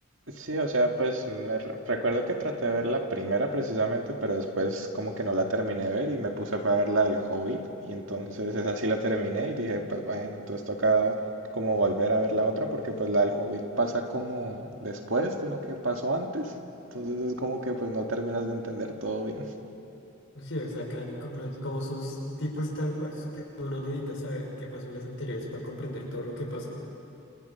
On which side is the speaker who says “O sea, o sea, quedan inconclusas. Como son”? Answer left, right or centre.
Left